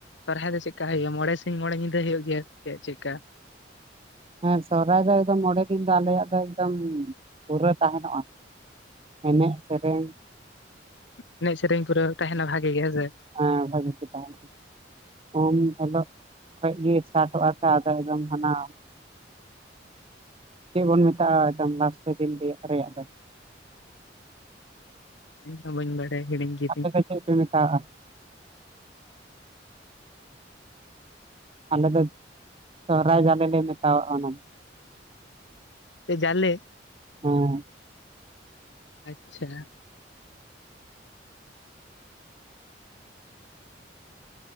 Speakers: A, on the left; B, on the right.
A: ᱥᱚᱨᱦᱟᱭ ᱫᱚ ᱪᱮᱫᱠᱟ ᱦᱩᱭᱩᱜᱼᱟ ᱢᱚᱬᱮ ᱥᱤᱧ ᱢᱚᱬᱮ ᱧᱤᱫᱟᱹ ᱦᱩᱭᱩᱜ ᱜᱮᱭᱟ ᱪᱮᱫ ᱪᱮᱫᱠᱟ?
B: ᱦᱮᱸ ᱥᱚᱦᱨᱟᱭ ᱫᱚ ᱮᱠᱫᱚᱢ ᱢᱚᱬᱮ ᱫᱤᱱ ᱫᱚ ᱟᱞᱮᱭᱟᱜ ᱫᱚ ᱮᱠᱫᱚᱢ ᱯᱩᱨᱟᱹ ᱛᱟᱦᱮᱱᱚᱜᱼᱟ᱾ ᱮᱱᱮᱡ ᱥᱮᱨᱮᱧ
A: ᱮᱱᱮᱡ ᱥᱮᱨᱮᱧ ᱯᱩᱨᱟᱹ ᱛᱟᱦᱮᱱᱟ ᱵᱷᱟᱜᱤ ᱜᱮ ᱦᱮᱸ ᱥᱮ?
B: ᱦᱮ ᱵᱷᱟᱹᱜᱤ ᱜᱮ ᱛᱟᱦᱮᱱᱟ᱾ ᱩᱢ ᱦᱤᱞᱳᱜ ᱠᱷᱚᱡ ᱜᱮ ᱮᱥᱴᱟᱴᱚᱜᱼᱟ ᱛᱚ ᱟᱫᱚ ᱮᱠᱫᱚᱢ ᱦᱟᱱᱟ ᱪᱮᱫ ᱵᱚᱱ ᱢᱮᱛᱟᱜᱼᱟ ᱮᱠᱫᱚᱢ ᱞᱟᱥᱴ ᱫᱤᱱ ᱨᱮᱭᱟᱜ ᱨᱮᱭᱟᱜ ᱫᱚ?
A: ᱤᱧ ᱦᱚ ᱵᱟᱧ ᱵᱟᱰᱟᱭᱟ ᱦᱤᱲᱤᱧ ᱠᱤᱫᱤᱧ
B: ᱟᱯᱮ ᱫᱚ ᱪᱮᱫ ᱯᱮ ᱢᱮᱛᱟᱣᱟᱜ-ᱟ? ᱟᱞᱮ ᱫᱚ ᱥᱚᱦᱨᱟᱭ ᱡᱟᱞᱮ ᱢᱮᱛᱟᱣᱟᱜ-ᱟ ᱚᱱᱟ ᱾
A: <unintelligible> ᱡᱟᱞᱮ
B: ᱦᱩᱸ
A: ᱟᱪᱪᱷᱟ